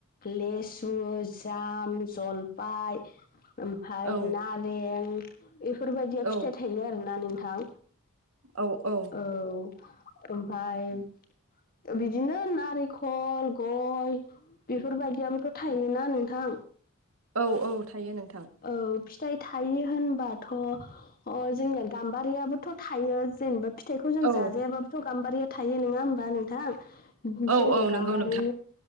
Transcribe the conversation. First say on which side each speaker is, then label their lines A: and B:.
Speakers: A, on the left; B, on the right.
A: लेसु जाम जलफाय ओमफ्राय
B: औ
A: नार बे बेफोरबायदिया
B: औ
A: फिथाइ थायो आरोना नोंथां
B: औ औ
A: औ ओमफफ्राय बिदिनो नारखल गय बेफोरबायदियोथ' थायनोना नोंथां
B: औ औ थायो नोंथां
A: औ फिथाइ थायो होनबाथ' अ जोंनिया गाम्बारियाबोथ' थायो जेनेबा फिथाइखौ जों
B: औ
A: जाजायाबाबोथ' गाम्बारिया थायो नङा होमबा नोंथां
B: औ
A: जोङो
B: औ नंगौ
A: गाम्बारि
B: नोंथां।